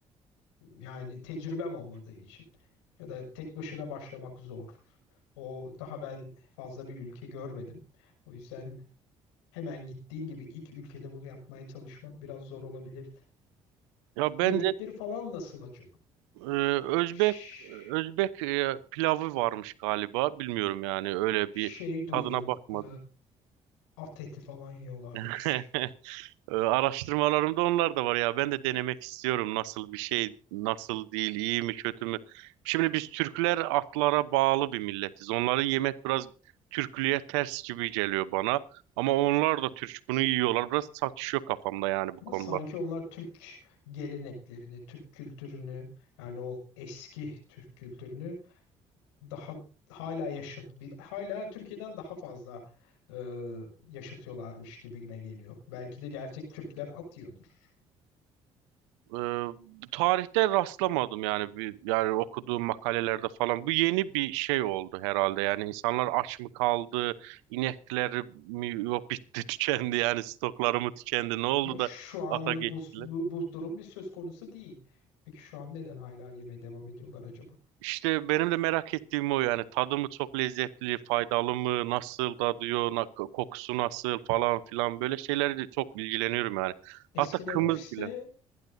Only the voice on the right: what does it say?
Ya bence
e, Özbek
Özbek e, pilavı varmış galiba, bilmiyorum yani öyle
bir
tadına bakmadım.
<laughs> Ee, araştırmalarımda onlar da var ya. Ben de denemek istiyorum nasıl bir şey, nasıl değil, iyi mi, kötü mü? Şimdi biz Türkler atlara bağlı bir milletiz. Onları yemek biraz Türklüğe ters gibi geliyor bana. Ama onlar da Türk bunu yiyorlar. Biraz çatışıyor kafamda yani bu
konular.
Ee, tarihte rastlamadım yani bir, yani okuduğum makalelerde falan bu yeni bir şey oldu herhalde yani insanlar aç mı kaldı inekleri mi yok bitti <laughs> tükendi yani stokları mı tükendi ne oldu
da
ata geçtiler.
İşte benim de merak ettiğim o yani tadı mı çok lezzetli faydalı mı nasıl tadıyor na- kokusu nasıl falan filan böyle şeylerle çok ilgileniyorum yani
hatta kımız
bile.